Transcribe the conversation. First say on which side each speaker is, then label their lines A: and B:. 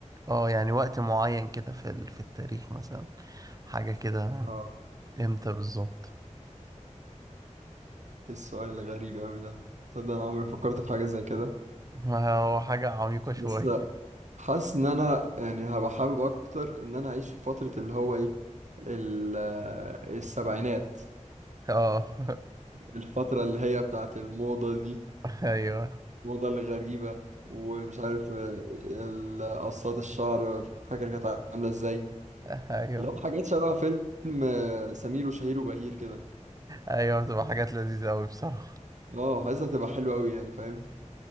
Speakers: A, on the right (about 30°); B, on the right (about 70°).
A: أه يعني وقت معين كده في ال- في التاريخ مثلا حاجة كده
B: اه
A: إمتى بالظبط؟
B: إيه السؤال الغريب أوي ده تصدق أنا عمري ما فكرت في حاجة زي كده
A: ما هو حاجة عميقة شوية
B: بس لا حاسس إن أنا يعني هبقى حابب أكتر إن أنا أعيش في فترة اللي هو إيه ال- آه، السبعينات
A: أه
B: الفترة اللي هي بتاعت الموضة دي
A: <laughs> أيوه
B: الموضة الغريبة ومش عارف آه، ال- قصات الشعر فاكر كانت عاملة إزاي
A: أيوه
B: لو حاجات شبه فيلم آه، سمير وشهير وبهير كده
A: أيوه بتبقى حاجات لذيذة أوي بصراحة
B: اه حاسسها تبقى حلوة أوي يعني فاهم